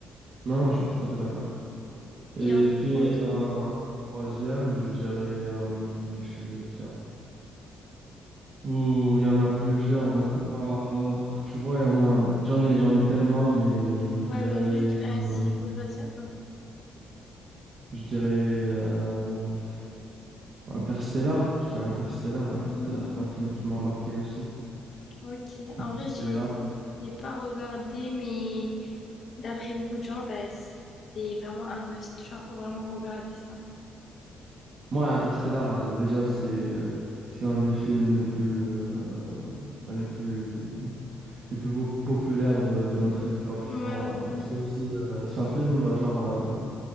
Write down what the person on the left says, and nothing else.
Et ensuite,
pour le troisième.
Ouais, mais juste
un, s'il faut choisir un.
Hmm,
ok. En vrai,
j'ai j'ai pas regardé, mais d'après beaucoup de gens, bah, c'est vraiment un must. Genre, faut vraiment regarder ça.
Ouais,
ouais,
ouais.